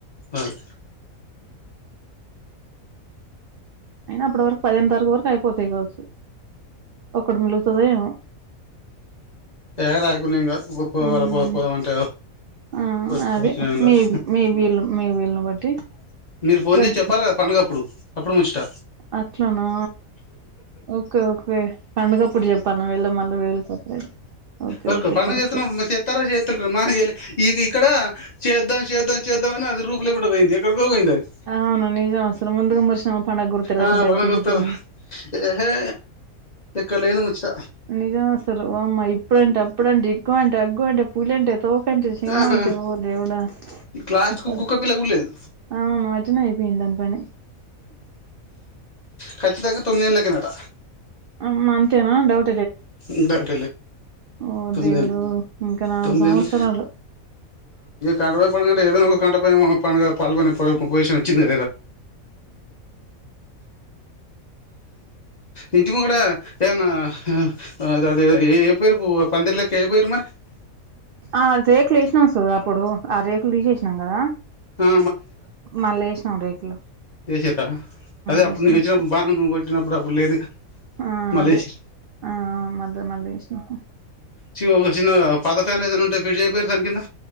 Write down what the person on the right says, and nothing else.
అయినా అప్పుడు వరకు పదిహేను తారీు వరకు అయిపోతాయి కావచ్చు ఒకటి మిలుగుతుదమో
మ్మ్
ఆ
అది
మీ మీ వీళ్ళ మీ వీళ్ళను బట్టి
పెద్ద
అట్లానా ఓకే ఓకే పండుగప్పుడు చెప్పాను వెళ్ళ మళ్ళీ వేరు సపరేట్ ఓకే
ఓకే
కరెక్ట్
అవును నిజం అసలు ముందుగా మురిసినామా పండగ కూడా తిరగకుండా
అయిపోయినట్టేంది
నిజమా అసలు వామ్మో అప్పుడంటే అప్పుడంటే ఎగ్గువ అంటే అగ్గు అంటే పులి అంటే తోకంటే సింహ
అంటే ఓ దేవుడా
అసలు
అవును మజన అయిపోయిందాని పని
అమ్ అంతేనా డౌట్
ఓ
దేవుడు ఇంకా నాలుగు
సంవత్సరాలు
ఆ దేక్లేష్ నో సుధర్ ఇప్పుడు ఆ రేకులు తీసేసినాం కదా.
మళ్ళీ ఏసినాం రేకులు
వేసినాం
ఆ
అదే ఆ మళ్ళీ మళ్ళీ వేసినాం